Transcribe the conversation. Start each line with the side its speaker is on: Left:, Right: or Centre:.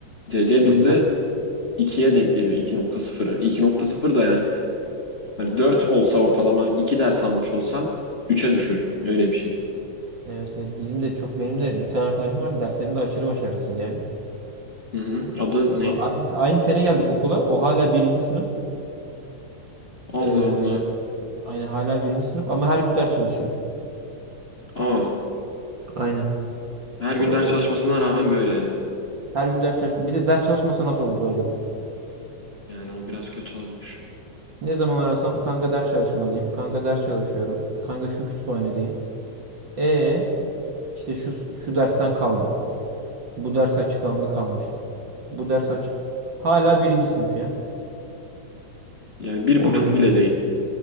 Left: C C
Right: Yoksa
Left: bizde ikiye denk geliyor. iki iki nokta sıfıra. iki nokta sıfır da yani. Hani 4 olsa ortalama 2 ders almış olsan üçe düşürür. Öyle bir şey.
Right: evet, evet bizim de çok benim de bir tane arkadaşım var derslerinde aşırı başarısız yani.
Left: Hı hı. Adı
Right: O
Left: ne?
Right: da aynı aynı sene geldik okula. O hala birinci sınıf.
Left: Allah
Right: Ee,
Left: Allah.
Right: aynı hala birinci sınıf ama her gün ders çalışıyor.
Left: Aa,
Right: Aynen.
Left: her
Right: O
Left: gün
Right: da o.
Left: ders çalışmasına rağmen böyle yani.
Right: Her gün ders çalışma. Bir de ders çalışmasa nasıl olurdu acaba?
Left: Yani o biraz kötü olmuş.
Right: Ne zaman arasam kanka ders çalışmalıyım. Kanka ders çalışıyorum. Kanka şu kütüphanedeyim. E işte şu şu dersten kaldım. Bu ders açıklandı kalmış. Bu ders açık. Hala birinci sınıf ya.
Left: Yani bir
Right: O
Left: buçuk
Right: da üzücü.
Left: bile değil.